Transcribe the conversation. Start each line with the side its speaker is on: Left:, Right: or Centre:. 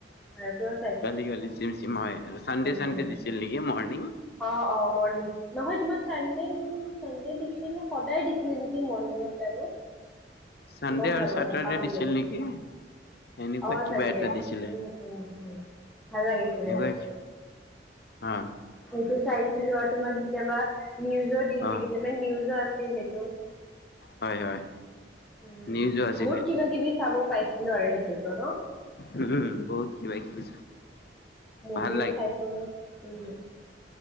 Centre: ভাল তুমি
Left: গালি গালি চিম চিম হয় চানডে চানডে
Centre: উম
Left: দিছিল নেকি মৰ্ণিং
Centre: অ অ মৰ্ণিং নহয় তোমাৰ চানডে চানডে দিছিলে নে সদায় দিছিলে নেকি মৰিং টাইমত
Left: চানডে
Centre: গম
Left: আৰু
Centre: নাপাওঁ
Left: চেটাৰডে
Centre: এতিয়া পাহৰি
Left: দিছিল
Centre: গলোঁ
Left: নেকি এনেকুৱাই
Centre: অ
Left: কিবা
Centre: চানডে
Left: এটা দিছিলে
Centre: উম উম উম ভাল লাগিছিলে
Left: এনেকুৱাই
Centre: সেইটো
Left: অ
Centre: সেইটো চাইছিলো আৰু তোমাক কেতিয়াবা নিউজত দি
Left: অ
Centre: থাকিছিল মানে নিউজৰ আছিল সেইটো
Left: হয় হয়
Centre: উম
Left: নিউজো আছিলে
Centre: বহুত কিবা কিবি চাব পাইছিলো আৰু সেইটোতো ন
Left: উম বহুত কিবা কিবি
Centre: মুভিও
Left: ভাল লাগে
Centre: চাইছিলোঁ উম